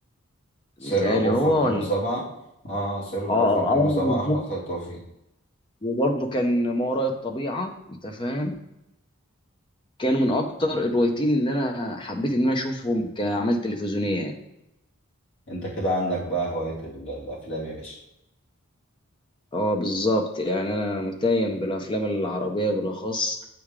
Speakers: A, on the left; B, on the left.
A: سر
B: متهيألي
A: الغرفة
B: هو
A: 207
B: ولا
A: اه سر الغرفة
B: اه اه
A: 207
B: آه، آه، بالظبط
A: احمد خالد توفيق
B: وبرضه كان ما وراء الطبيعه انت فاهم كانوا من اكتر الروايتين اللي انا حبيت ان انا اشوفهم كاعمال تلفزيونيه
A: انت كده عندك بقى هواية ال- الافلام يا باشا
B: اه بالظبط يعني انا متيم بالافلام العربيه بالاخص